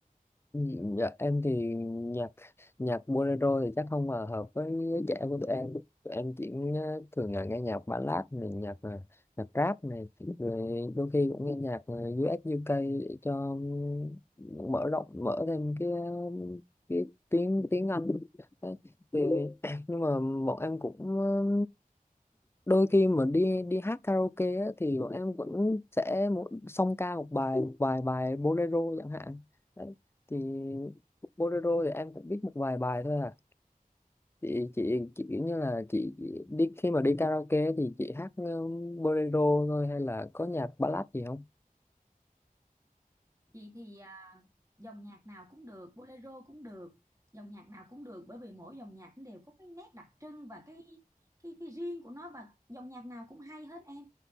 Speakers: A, on the left (about 15°); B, on the right (about 20°).
A: Ừ, Dạ, em thì nhạc nhạc bolero thì chắc không hòa hợp với trẻ của tụi em tụi em chỉ ờ, thường là nghe nhạc ballad này nhạc ờ, nhạc rap này rồi đôi khi cũng nghe nhạc ờ, US UK để cho ừ, mở rộng mở thêm cái ờ, cái tiếng tiếng Anh Đấy. thì <clears throat> nhưng mà bọn em cũng ờ, đôi khi mà đi đi hát karaoke á, thì bọn em vẫn sẽ mỗi- song ca một bài một vài bài bolero chẳng hạn Đấy. thì bolero thì em cũng biết một vài bài thôi à chị chị chị kiểu như là chị đi khi mà đi karaoke thì chị hát um, bolero thôi hay là có nhạc ballad gì không
B: chị thì à, dòng nhạc nào cũng được bolero cũng được dòng nhạc nào cũng được bởi vì mỗi dòng nhạc nó đều có cái nét đặc trưng và cái cái cái riêng của nó và dòng nhạc nào cũng hay hết em